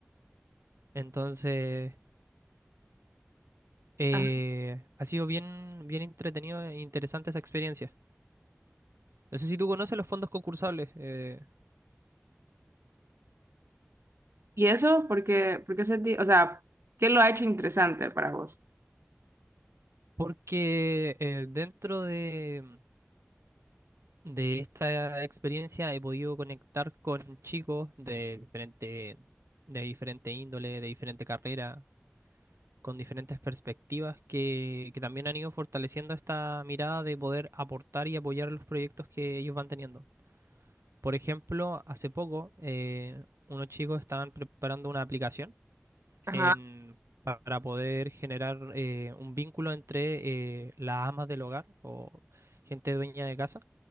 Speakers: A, on the right; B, on the right.
A: Entonces, eh,
B: Ajá.
A: ha sido bien, bien entretenido e interesante esa experiencia. No sé si tú conoces los fondos concursables, eh,
B: ¿Y eso? porque porque se ti- o sea, ¿qué lo ha hecho interesante para vos?
A: porque eh, dentro de, de esta experiencia he podido conectar con chicos de diferente, de diferente índole, de diferente carrera con diferentes perspectivas que, que también han ido fortaleciendo esta mirada de poder aportar y apoyar los proyectos que ellos van teniendo. Por ejemplo, hace poco eh, unos chicos estaban preparando una aplicación en,
B: Ajá,
A: para poder generar eh, un vínculo entre eh, las amas del hogar o gente dueña de casa